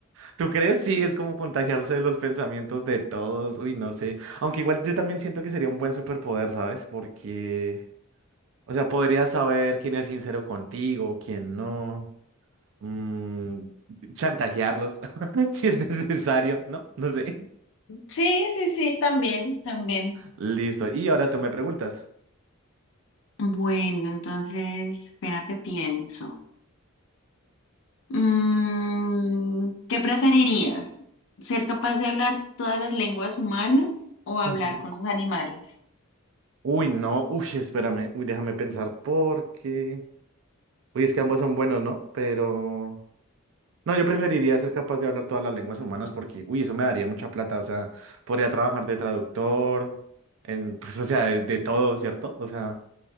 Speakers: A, on the right; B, on the left.
A: ¿Tú crees? Sí, es como contagiarse de los pensamientos de todos. Uy, no sé. Aunque igual yo también siento que sería un buen superpoder, ¿sabes? Porque... O sea, podrías saber quién es sincero contigo, quién no. mm, chantajearlos <laughs> si es necesario, ¿no? No sé.
B: Sí, sí, sí, también, también.
A: Listo. Y ahora tú me preguntas.
B: Bueno, entonces, espérate, pienso. Mm, ¿qué preferirías? ¿Ser capaz de hablar todas las lenguas humanas o hablar
A: Ujú.
B: con los animales?
A: Uy, no. Uy, espérame. Uy, déjame pensar porque. Uy, es que ambos son buenos, ¿no? Pero. No, yo preferiría ser capaz de hablar todas las lenguas humanas porque, uy, eso me daría mucha plata. O sea, podría trabajar de traductor, en, <laughs> pues, o sea, de, de todo, ¿cierto? O sea,